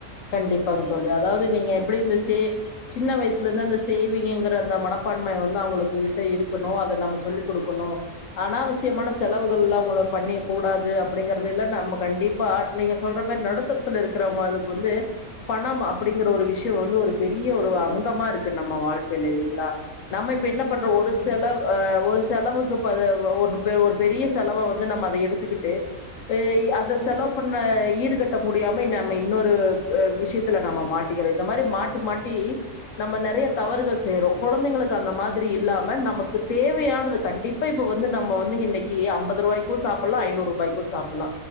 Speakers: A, on the left; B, on the left.
A: கண்டிப்பாங்க தோழி அதாவது நீங்க எப்படி இரு இந்த சே சின்ன வயசுல இருந்து அந்த சேவிங்கங்கிற அந்த மனப்பான்மைை அவங்களுக் கிட்ட இருக்கணும் அதை நம்ம சொல்லி கொடுக்கணும் அனாவசியமான செலவுகள் எல்லாம் உங்கள பண்ண கூடாது அப்படிங்கறத இல்ல நம்ம கண்டிப்பா நீங்க சொல்ற மாரி நடுத்தரத்துல இருக்கிறவங்க அதுக்கு வந்து பணம் அப்படிங்கிற ஒரு விஷயம் வந்து ஒரு பெரிய ஒரு அங்கமா இருக்கு நம்ம வாழ்க்கையில இல்லைங்களா நம்ம இப்ப
B: நிச்சயமா
A: என்ன பண்ற ஒரு
B: தோழி
A: செலவ் அ ஒரு செலவுக்கு ரு பெ ஒரு பெரிய செலவ வந்து நம்ம அத எடுத்துக்கிட்டு அதை அத
B: ம்
A: செலவு பண்ண ஈடுகட்ட முடியாம நம்ம இன்னொ ரு அ விஷயத்துல நம்ம மாட்டிக்கிறோம் இந்த மாதிரி மாட்டி மாட்டி நம்ம நறைய தவறுகள் செய்றோம் குழந்தைங்களுக்கு அந்த மாதிரி இல்லாம நமக்கு தேவையானது கண்டிப்ப பா இப்ப வந்து நம்ம வந்து இன்னைக்கு ஐம்பது ரூாபாய்கும் சாப்புலா ஐநூறுபாய்கும் சாப்புலா